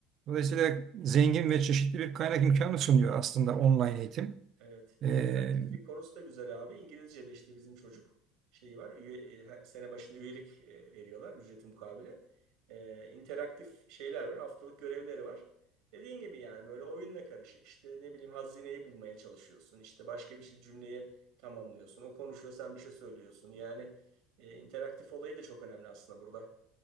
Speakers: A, on the right (about 50°); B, on the right (about 80°).
A: Dolayısıyla zengin ve çeşitli bir kaynak
B: Evet.
A: imkanı sunuyor aslında online eğitim.
B: Evet.
A: E,
B: interaktiflik konusu da güzel abi. İngilizce'de işte bizim çocuk şeyi var. Üye, e, her sene başında üyelik e, veriyorlar ücreti mukabile. E, interaktif şeyler var. Haftalık görevleri var. Dediğin gibi yani böyle oyunla karışık. İşte ne bileyim hazineyi bulmaya çalışıyorsun. İşte başka bir şey cümleyi tamamlıyorsun. O konuşuyor sen bir şey söylüyorsun. Yani e, interaktif olayı da çok önemli aslında burada.